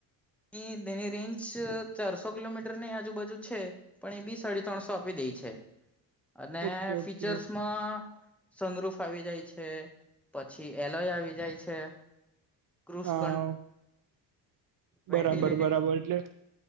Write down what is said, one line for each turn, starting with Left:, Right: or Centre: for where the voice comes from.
Centre: એ તેની રેન્જ ચારસો કિલોમીટર ની આજુબાજુ છે પણ એ બી સાડી ત્રણસો આપી દે છે અને
Right: ઓકે ઓકે
Centre: ફીચર્સમાં સનરૂફ આવી જાય છે પછી એલય આવી જાય છે ક્રુઝ
Right: હા
Centre: કન વેન્ટિલેટેડ
Right: બરાબર બરાબર એટલે